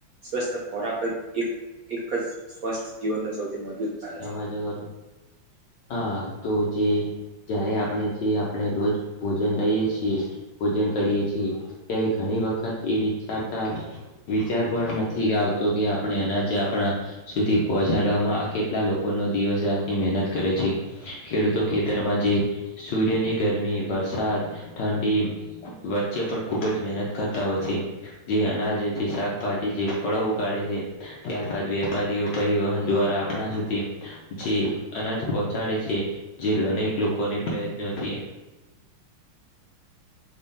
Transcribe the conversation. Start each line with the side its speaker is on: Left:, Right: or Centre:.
Right: સ્વસ્થ ખોરાક જ એક એક જ સ્વસ્થ જીવનનો સૌથી મજબૂત પાયો છે.
Left: સાજ કરું. હા તો જે જ્યારે આપણે જે આપણે રોજ. ભોજન લઈએ છીએ ભોજન કરીએ છીએ ત્યારે ઘણી વખત એ વિચારતા. વિચાર પણ નથી આવતો કે આપણે અનાજે આપણા સુધી પહોંચાડવામાં. કેટલા લોકોનો દિવસ રાતની મહેનત કરે છે ખેડૂતો ખેતરમાં જે. સૂર્યની ગરમી વરસાદ ઠંડી વચ્ચે પણ ખુબ જ મહેનત કરતા હોય છે. જે અનાજ જે શાકભાજી જે ફળો ઉગાડે છે ત્યારબાદ વેપારીઓ પરિવહન દ્વારા આપણા સુધી જે અનાજ પહોંચાડે છે જે અનેક લોકોને પ્રયત્નોથી